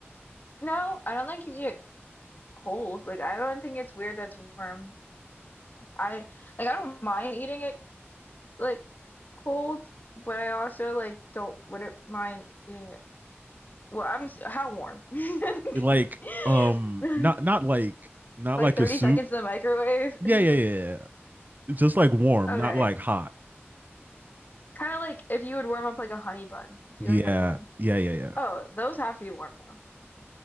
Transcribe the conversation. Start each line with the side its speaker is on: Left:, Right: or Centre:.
Left: No, I don't think you eat it cold. Like I don't think it's weird that it's warm. I like I don't mind eating it like cold, but I also like don't wouldn't mind eating it. Well, I'm s- how warm? <laughs>
Right: It, Like
Left: Like,
Right: um,
Left: <laughs>
Right: not not like not
Left: like
Right: like
Left: 30
Right: a soup.
Left: seconds in the microwave.
Right: Yeah,
Left: <laughs>
Right: yeah, yeah. yeah. yeah. Just like warm,
Left: Okay.
Right: not like hot.
Left: Kind of like if you would warm up like a honey bun. Do
Right: Yeah,
Left: you like honey buns?
Right: yeah, yeah, yeah.
Left: Oh, those have to be warm though.